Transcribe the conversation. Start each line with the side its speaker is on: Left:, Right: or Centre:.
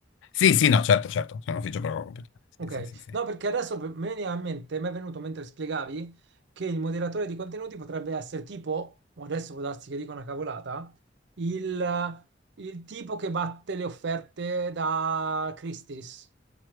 Left: Sì, sì, no, certo, certo. Sono in ufficio proprio computer. Sì,
Right: Ok.
Left: sì, sì, sì.
Right: No, perché adesso per- me ne ha in mente, mi è venuto mentre spiegavi che il moderatore di contenuti potrebbe essere tipo, o adesso può darsi che dica una cavolata, il, il tipo che batte le offerte da Christie's,